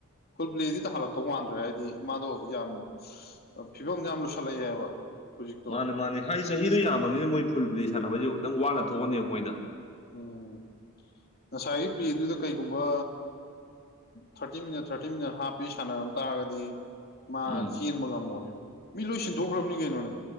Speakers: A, on the left; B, on the left.
A: ꯐꯨꯜ ꯄ꯭ꯂꯦꯗꯤ ꯇꯥꯍꯜꯂꯛꯇꯧ ꯃꯥꯟꯗ꯭ꯔꯦ ꯍꯥꯏꯗꯤ ꯃꯥꯗꯣ ꯌꯥꯝ ꯐꯤꯕꯝ ꯌꯥꯝ ꯂꯨꯁꯜꯂꯛꯑꯦꯕ ꯍꯧꯖꯤꯛꯇꯣ
B: ꯃꯥꯅꯦ ꯃꯥꯅꯦ ꯍꯥꯏꯗꯤ ꯆꯍꯤꯗꯣ ꯌꯥꯝꯃꯕꯅꯤꯅ ꯃꯣꯏ ꯐꯨꯜ ꯕꯦꯖ ꯁꯥꯟꯅꯕꯁꯤꯁꯨ ꯈꯤꯇꯪ ꯋꯥꯅ ꯊꯣꯛꯑꯅꯦꯕ ꯃꯣꯏꯗ
A: ꯎꯝ ꯉꯁꯥꯏꯒꯤ ꯄ꯭ꯂꯦꯗꯨꯗ ꯀꯩꯒꯨꯝꯕ ꯊꯥꯔꯇꯤ ꯃꯤꯅꯠ ꯊꯥꯔꯇꯤ ꯃꯤꯅꯠ ꯍꯥꯞꯄꯤ ꯁꯥꯟꯅꯔꯝ ꯇꯥꯔꯒꯗꯤ ꯃꯥ
B: ꯎꯝ
A: ꯆꯦꯟꯕ ꯉꯝꯃꯣꯏꯕ ꯃꯤ ꯂꯣꯏ ꯁꯤꯟꯗꯣꯛꯈ꯭ꯔꯕꯅꯤ ꯀꯩꯅꯣꯅꯦ